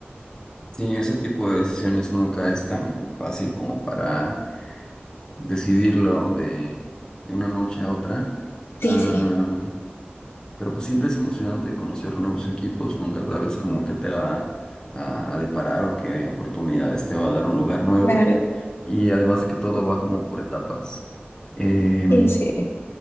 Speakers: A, on the left (about 20°); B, on the left (about 70°).
A: Sí, ese tipo de decisiones nunca es tan fácil como para decidirlo de, de una noche a otra. Am,
B: Sí, sí,
A: pero pues siempre es emocionante conocer nuevos equipos, nunca sabes como que te va a, a deparar o qué oportunidades te va a dar un lugar nuevo.
B: claro,
A: Y además de que todo va como por etapas. Em,
B: sí, sí,